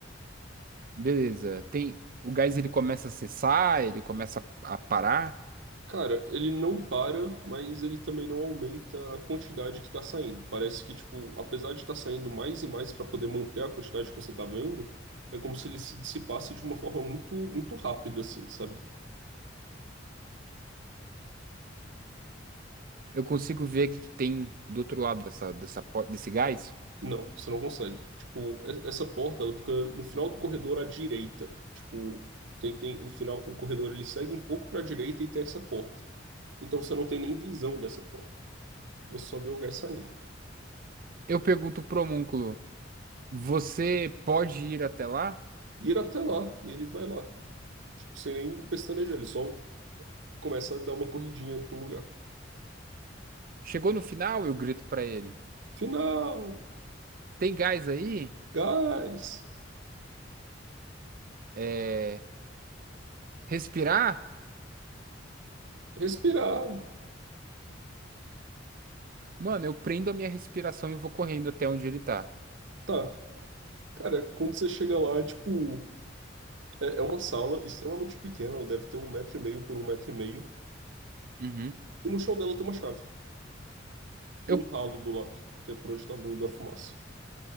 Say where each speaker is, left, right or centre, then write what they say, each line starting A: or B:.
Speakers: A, on the right; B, on the right.
A: Beleza. Tem, o gás ele começa a cessar, ele começa a, a parar.
B: Cara, ele não para, mas ele também não aumenta a quantidade que tá saindo. Parece que, tipo, apesar de estar saindo mais e mais para poder manter a quantidade que você tá vendo, é como se ele se dissipasse de uma forma muito, muito rápida, assim, sabe?
A: Eu consigo ver o que, que tem do outro lado dessa, dessa, po- desse gás.
B: Não, você não consegue. Tipo, e- essa porta, ela fica no final do corredor à direita. Tipo, tem, tem o final, o corredor ele segue um pouco para a direita e tem essa porta. Então você não tem nem visão dessa porta. Você só vê o gás saindo.
A: Eu pergunto pro homúnculo: Você pode ir até lá?
B: E ir até lá, e ele vai lá. Tipo, sem nem pestanejar, ele só começa a dar uma corridinha pro lugar.
A: Chegou no final, eu grito pra ele:
B: Final!
A: Tem gás aí?
B: Gás!
A: É, respirar?
B: Respirar!
A: Mano, eu prendo a minha respiração e vou correndo até onde ele tá.
B: Tá. Cara, quando você chega lá, tipo, é, é uma sala extremamente pequena, ela deve ter um metro e meio por um metro e meio.
A: Uhum.
B: E no chão dela tem uma chave. e
A: Eu,
B: um ralo do lado, que é por onde estava vindo a fumaça.